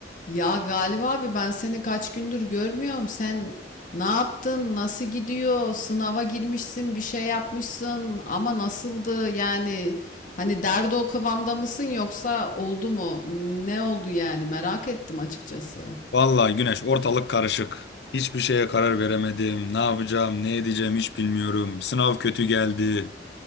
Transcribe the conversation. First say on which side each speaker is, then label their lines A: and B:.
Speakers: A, on the left; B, on the left.
A: Ya Galiba abi ben seni kaç gündür görmüyorum. Sen ne yaptın? Nasıl gidiyor? Sınava girmişsin, bir şey yapmışsın ama nasıldı? Yani hani derdi o kıvamda mısın yoksa oldu mu? Ne oldu yani? Merak ettim açıkçası.
B: Vallahi Güneş ortalık karışık. Hiçbir şeye karar veremedim. Ne yapacağım, ne edeceğim hiç bilmiyorum. Sınav kötü geldi.